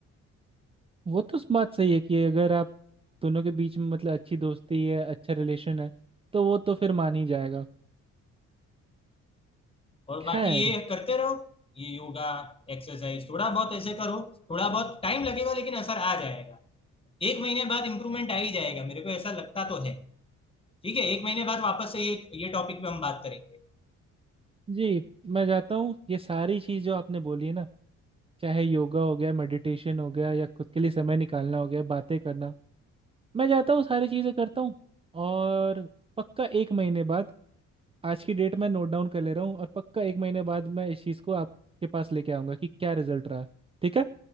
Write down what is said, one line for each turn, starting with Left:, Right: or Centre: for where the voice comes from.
Right: वो तो बात सही है कि अगर आप दोनों के बीच में मतलब अच्छी दोस्ती है अच्छा रिलेशन है तो वो तो फिर मान ही जाएगा
Left: और
Right: खैर
Left: बाकी ये करते रहो ये योगा एक्सरसाइज थोड़ा बहुत ऐसे करो थोड़ा बहुत टाइम लगेगा लेकिन असर आ जाएगा एक महीने बाद इंप्रूवमेंट आ ही जाएगा मेरे को ऐसा लगता तो है ठीक है एक महीने बाद वापस से ये ये टॉपिक पे हम बात करेंगे
Right: जी मैं जाता हूँ ये सारी चीज़ जो आपने बोली है ना चाहे योगा हो गया मेडिटेशन हो गया या खुद के लिए समय निकालना हो गया बातें करना मैं जाता हूँ सारी चीज़ें करता हूँ और पक्का एक महीने बाद आज की डेट में नोट डाउन कर ले रहा हूँ और पक्का एक महीने बाद मैं इस चीज़ को आपके पास लेके आऊँगा कि क्या रिजल्ट रहा ठीक है